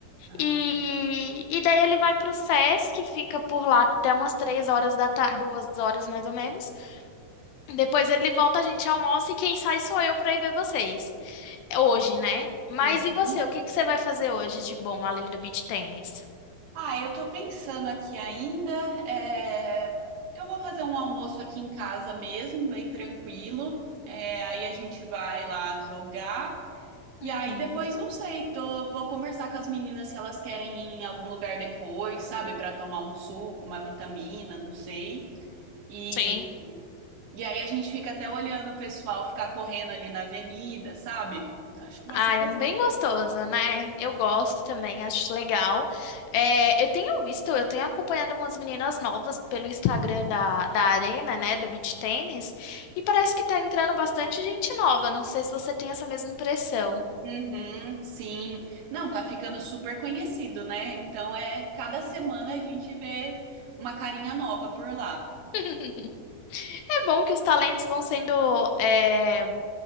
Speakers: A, on the right (about 75°); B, on the left (about 80°).
A: Ah.
B: E, e daí ele vai para o SESC, fica por lá até umas três horas da tarde, duas horas mais ou menos. Depois ele volta, a gente almoça e quem sai sou eu para ir ver vocês. Hoje, né? Mas
A: Uhum.
B: e você? O que que você vai fazer hoje de bom, além do beach tênis?
A: Ah, eu tô pensando aqui ainda. é, Eu vou fazer um almoço aqui em casa mesmo, bem tranquilo. É, Aí a gente vai lá jogar.
B: Uhum.
A: E aí depois, não sei, tô... vou conversar com as meninas se elas querem ir em algum lugar depois, sabe? Pra tomar um suco, uma vitamina, não sei. E,
B: Sim.
A: e aí a gente fica até olhando o pessoal ficar correndo ali na avenida, sabe? Então acho que vai
B: Ah,
A: ser.
B: é bem gostoso, né? Eu gosto também, acho legal. É, eu tenho visto, eu tenho acompanhado umas meninas novas pelo Instagram da, da Arena, né, do Beach Tennis, e parece que tá entrando bastante gente nova. Não sei se você tem essa mesma impressão.
A: Uhum, sim. Não, tá ficando super conhecido, né? Então é cada semana a gente vê uma carinha nova por lá.
B: <laughs> É bom que os talentos vão sendo, é,